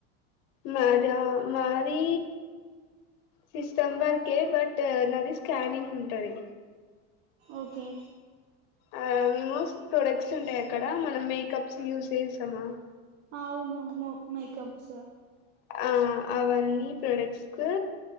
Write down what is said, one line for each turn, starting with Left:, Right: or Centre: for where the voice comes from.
Left: మాదా మాది సిస్టం వర్కే బట్ నాది స్కానింగ్ ఉంటాది.
Right: ఓకే.
Left: ఆహ్ మేము ప్రొడక్ట్స్ ఉంటాయి అక్కడ మనం మేకప్స్ యూస్ చేస్తామా.
Right: అవును మో మేకప్స్.
Left: ఆహ్ అవన్నీ ప్రొడక్ట్స్ కు